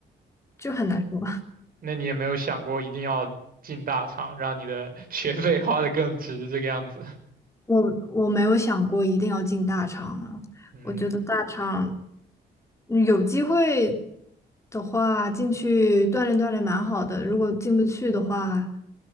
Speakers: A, on the left; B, on the right.
A: 就很难说。
B: 那你也没有想过一定要进大厂，让你的 <laughs> 学费花得更值这个样子。
A: 我我没有想过一定要进大厂啊，
B: 嗯
A: 我觉得大厂嗯有机会的话进去锻炼锻炼蛮好的，如果进不去的话，